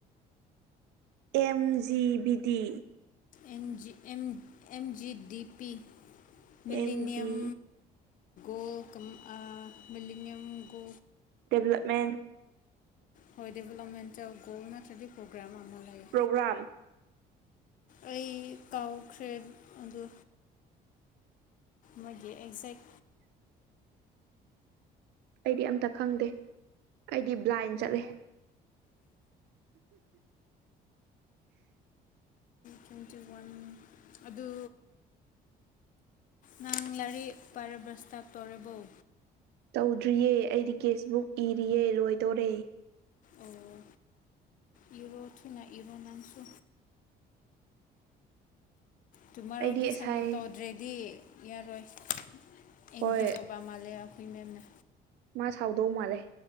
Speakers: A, on the right; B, on the left.
A: M G B D
B: ꯦꯝꯖꯤꯦꯝ M G D P millennium
A: M G
B: ꯣ ꯀꯝ ꯃꯂꯤꯅꯤꯌꯝ ꯣ
A: ꯗꯦꯕꯂꯞꯃꯦꯟ
B: ꯍꯣꯏ ꯗꯦꯕꯂꯞꯃꯦꯟ ꯆ ꯣꯜ ꯃꯠꯇ꯭ꯔꯗꯤ ꯄꯣꯒ꯭ꯔꯥꯝ ꯑꯃ ꯂꯩꯌꯦ
A: ꯄꯣꯒ꯭ꯔꯝ
B: ꯑꯩ ꯀꯥꯎꯈ꯭ꯔꯦ ꯑꯗꯨ ꯃꯥꯒꯤꯒꯤ ꯑꯦꯛꯖꯦꯛ
A: ꯑꯩꯗꯤ ꯑꯝꯇ ꯈꯪꯗꯦ ꯑꯩꯗꯤ ꯕ꯭ꯂꯥꯏꯟ ꯆꯠꯂꯦ <inaudible>
B: ꯇ꯭ꯋꯦꯟꯇꯤ ꯋꯥꯟ ꯑꯗꯨ ꯅꯥꯡ ꯂꯔꯤ ꯄꯔꯔꯕꯁꯇꯥꯞ ꯇꯧꯦꯔꯕꯧ
A: ꯇꯧꯗ꯭ꯔꯤꯌꯦ ꯑꯩꯗꯤ ꯀꯦꯁꯕꯨꯛ ꯏꯔꯤꯑ ꯂꯣꯏꯗꯣꯔꯦ
B: ꯑꯣ ꯌꯔꯣ ꯊꯅꯥ ꯏꯔꯣꯅꯥꯝꯁꯨ ꯇꯨꯃꯔꯣꯗꯤ
A: ꯑꯩꯗꯤ ꯑꯁꯥꯏ
B: ꯁꯝꯃꯤꯠ ꯇꯧꯗ꯭ꯔꯦꯗꯤ ꯌꯥꯔꯣꯏ ꯑꯦꯡꯕꯤ
A: ꯍꯣꯏ
B: ꯀꯧꯕꯧꯕ ꯃꯥꯜꯂꯦ ꯑꯩꯈꯣꯏ ꯃꯦꯝꯅ
A: ꯃꯥ ꯁꯥꯎꯗꯧ ꯃꯥꯜꯂꯦ